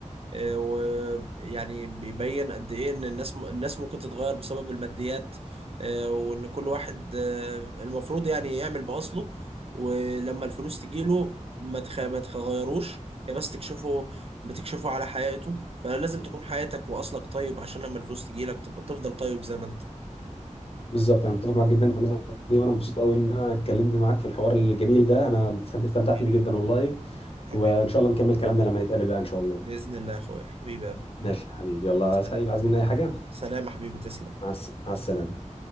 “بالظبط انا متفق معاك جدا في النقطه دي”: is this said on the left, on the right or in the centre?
Left